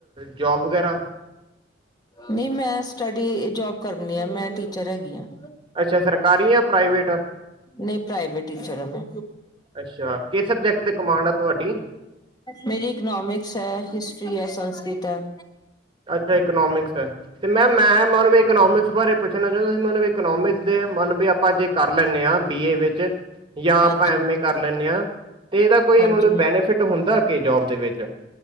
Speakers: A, on the right; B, on the left.
A: ਜੋਬ ਵਗੈਰਾ-
B: ਨਹੀਂ ਮੈਂ ਸਟਡੀ ਜੋਬ ਕਰਨੀ ਆ ਮੈਂ ਟੀਚਰ ਹੈਗੀ ਹਾਂ।
A: ਅੱਛਾ ਸਰਕਾਰੀ ਆ ਪ੍ਰਾਈਵੇਟ-
B: ਨਹੀਂ ਪ੍ਰਾਈਵੇਟ ਟੀਚਰ ਹੈ ਮੈਂ,
A: ਅੱਛਾ ਕਿਸ ਸਬਜੈਕਟ ਤੇ ਕਮਾਂਡ ਆ ਤੁਹਾਡੀ
B: ਮੇਰੀ ਇਕਨੋਮਿਕਸ ਹੈ ਹਿਸਟਰੀ ਹੈ ਸੰਸਕ੍ਰਿਤ ਹੈ।
A: ਅੱਛਾ ਇਕਨੋਮਿਕਸ ਹੈ। ਤੇ ਮੈਮ ਮੈਂ ਮਤਲਬ ਇਕਨੋਮਿਕਸ ਬਾਰੇ ਪੁੱਛਣਾ ਚਾਹੁੰਦਾ ਸੀ ਮਤਲਬ ਇਕਨੋਮਿਕਸ ਦੇ ਮਤਲਬ ਵੀ ਆਪਾਂ ਜੇ। ਕਰ ਲੈਣੇ ਹਾਂ ਬੀ ਏ ਵਿੱਚ। ਜਾਂ ਆਪਾਂ
B: ਹਾਂਜੀ
A: ਐਮ ਏ ਕਰ ਲੈਂਦੇ ਹਾਂ ਤੇ ਇਹਦਾ ਕੋਈ
B: ਹਾਂਜੀ
A: ਮਤਲਬ
B: ਹਾਂ
A: ਬੈਨੀਫਿਟ ਹੁੰਦਾ ਕਿ ਜੋਬ ਦੇ ਵਿੱਚ।